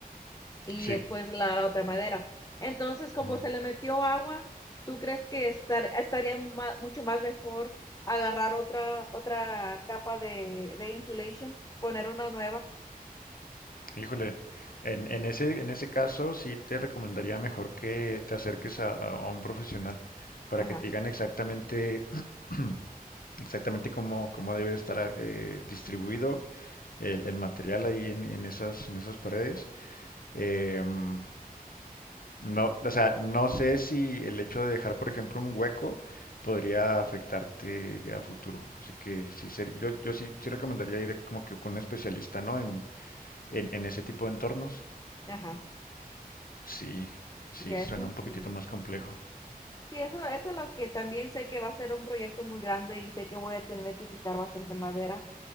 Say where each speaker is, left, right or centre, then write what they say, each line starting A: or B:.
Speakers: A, on the left (about 25°); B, on the left (about 70°).
A: y
B: sí.
A: después la, la otra madera. Entonces, como
B: ujú.
A: se le metió agua, ¿tú crees que estar, estaría ma- mucho más mejor agarrar otra, otra capa de, de insulation, poner una nueva?
B: Híjole, en, en ese, en ese caso sí te recomendaría mejor que te acerques a, a- a un profesional para
A: Ajá,
B: que te digan exactamente, <clears throat> exactamente cómo, cómo debe estar eh, distribuido el, el material ahí en, en esas, en esas paredes. Em, no, o sea, no sé si el hecho de dejar, por ejemplo, un hueco podría afectarte a futuro. Así que sí, ser- yo, yo sí, sí recomendaría ir como que con un especialista, ¿no? En, en, en ese tipo de entornos.
A: ajá.
B: Sí, sí,
A: Y eso
B: suena un
A: sí.
B: poquitito más complejo.
A: Sí, eso, eso es lo que también sé que va a ser un proyecto muy grande y sé que voy a tener que quitar bastante madera.